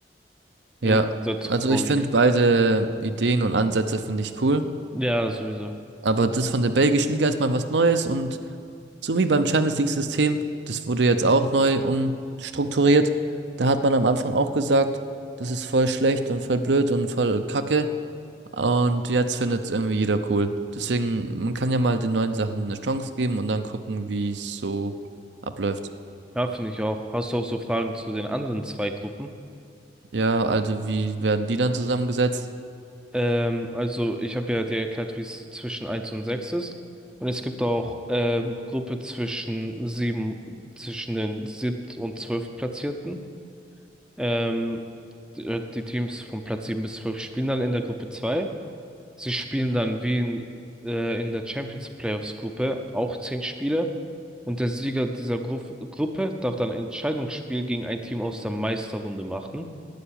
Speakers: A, in the centre; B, on the right (about 70°).
A: Im
B: Ja,
A: Gegensatz
B: also
A: zur Pro
B: ich
A: League.
B: finde beide Ideen und Ansätze finde ich cool.
A: Ja, sowieso.
B: Aber das von der belgischen Liga ist mal was Neues und so wie beim Champions League-System, das wurde jetzt auch neu umstrukturiert. Da hat man am Anfang auch gesagt, das ist voll schlecht und voll blöd und voll kacke. Und jetzt findet es irgendwie jeder cool. Deswegen, man kann ja mal den neuen Sachen eine Chance geben und dann gucken, wie es so abläuft.
A: Ja, finde ich auch. Hast du auch so Fragen zu den anderen zwei Gruppen?
B: Ja, also wie werden die dann zusammengesetzt?
A: Ähm, also ich habe ja dir erklärt, wie es zwischen eins und 6 ist. Und es gibt auch ähm, Gruppe zwischen sieben, zwischen den siebt und zwölftplatzierten. Ähm, die, äh, die Teams von Platz 7 bis 12 spielen dann in der Gruppe 2. Sie spielen dann wie in, äh, in der Champions Playoffs Gruppe auch zehn Spiele. Und der Sieger dieser Gru Gruppe darf dann ein Entscheidungsspiel gegen ein Team aus der Meisterrunde machen.